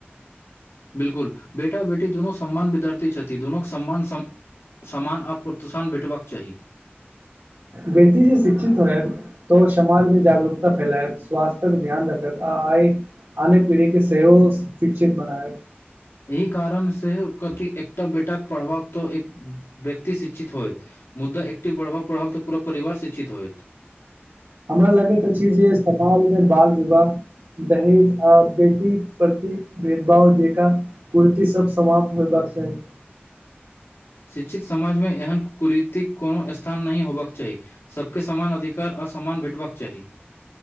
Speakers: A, on the left; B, on the right.
A: बिलकुल बेटा बेटी दुनू सम्मान विद्यार्थी छथि दुनू सम्मान सामान आ प्रोत्साहन भेटबाक चाही
B: बेटी जे शिक्षित होयत त समाजमे जागरूकता फैलायत स्वासथ्य ध्यान रखत आ आइ आने पीढ़ीके सेहो शिक्षित बनाएत
A: एहि कारण से कथि एकटा बेटाक पढ़बाक तऽ एक व्यक्ति शिक्षित होयत मुद्दा एकटि बढ़बा पढ़ब तऽ पुरा परिवार शिक्षित होयत
B: हमरा लगैत अछि जे समाज मे बाल विवाह दहेज आ बेटी प्रति भेद - भाव जेका कुर्ती सब समाप्त होयबाक चाही
A: शिक्षित समाजमे एहन कुरीतिक को स्थान नहि हेयबाक चाही सभके समान अधिकार आ समान भेटबाक चाही